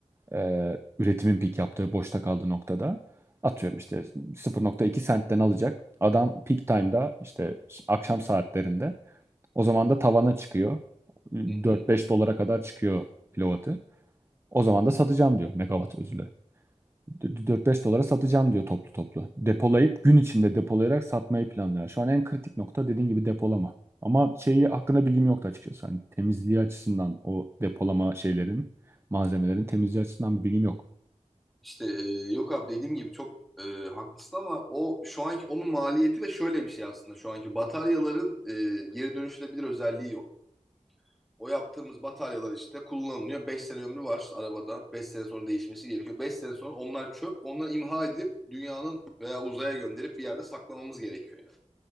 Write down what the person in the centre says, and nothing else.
Hı hı.
Hı
hı.
İşte e, yok abi dediğim gibi çok e, haklısın ama o şu anki onun maliyeti ve şöyle bir şey aslında şu anki bataryaların e, geri dönüşülebilir özelliği yok. O yaptığımız bataryalar işte kullanılıyor. beş sene ömrü var arabada. beş sene sonra değişmesi gerekiyor. beş sene sonra onlar çöp. Onları imha edilip dünyanın veya uzaya gönderip bir yerde saklamamız gerekiyor. yani.